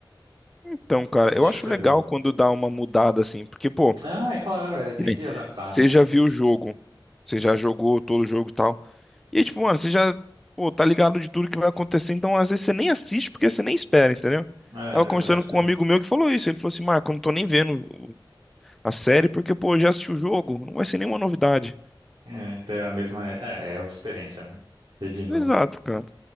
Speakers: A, in the centre; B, on the right (about 70°).
A: Então, cara,
B: Acho
A: eu
B: que
A: acho
B: vai ser
A: legal
B: boa.
A: quando dá uma mudada assim, porque, pô,
B: Ah, é claro, é, tem
A: que nem-
B: que adaptar,
A: você
B: né?
A: já viu o jogo, você já jogou todo o jogo e tal. E aí, tipo, mano, você já, pô, tá ligado de tudo que vai acontecer, então às vezes você nem assiste porque você nem espera, entendeu?
B: É,
A: Tava
B: é verdade,
A: conversando
B: tem
A: com um amigo
B: isso.
A: meu que falou isso. Ele falou assim, Marco, eu não tô nem vendo a série porque, pô, eu já assisti o jogo, não vai ser nenhuma novidade.
B: É, ter a mesma. É, é outra experiência, né? Ter de novo,
A: Exato, cara.